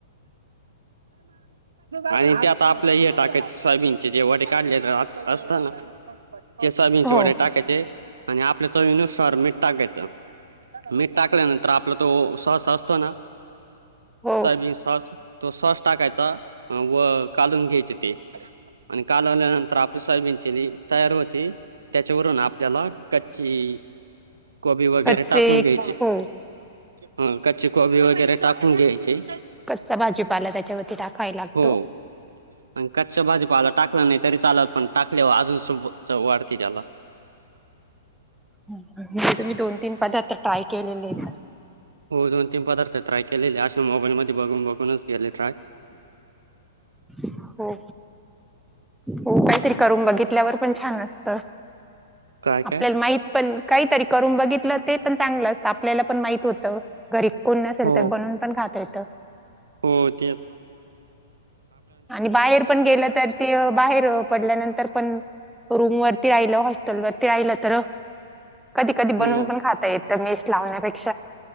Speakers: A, on the right (about 70°); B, in the centre.
A: आणि त्यात आपल्या हे टाकायचे सोयाबीनचे जे वडे काढले राहत असतना ते सोयाबीनचे
B: हो
A: वड्या टाकायचे आणि आपल्या चवीनुसार मीठ टाकायचं, मीठ टाकल्यानंतर आपला तो सॉस असतो ना
B: हो
A: सोयाबीन सॉस तो सॉस टाकायचा व कालून घ्यायचे ते आणि कालवल्यानंतर आपली सोयाबीन चीली तयार होते त्याच्यावरून आपल्याला कच्ची कोबी वगैरे
B: कच्चे
A: टाकून घ्यायचे.
B: हो
A: ह कच्ची कोबी वगैरे टाकून घ्यायची.
B: कच्चा भाजीपाला त्याच्यावरती टाकाय लागतो.
A: हो आणि कच्च्या भाजीपाला टाकला नाही तरी चालाल, पण टाकलेवर अजून सोबत चव वाढते त्याला.
B: म्हणजे तुम्ही दोन तीन पदार्थ ट्राय केलेले तर.
A: हो दोन तीन पदार्थ ट्राय केलेले, अशे मोबाईल मध्ये बघून बघूनच केले ट्राय.
B: हो हो काहीतरी करून बघितल्यावर पण छान असत.
A: काय
B: आपल्याला
A: काय?
B: माहित पण काहीतरी करून बघितलं ते पण चांगलं असतं. आपल्याला पण माहित होतं. घरी कोण नसेल
A: हो
B: तर बनवून पण खात येत.
A: हो तेच.
B: आणि बाहेर पण गेलं तर ते बाहेर पडल्यानंतर पण रूम वरती राहिलं, हॉस्टेल वरती राहिलं तर कधी कधी बनवून
A: हो.
B: पण खाता येत. तर मेस लावण्यापेक्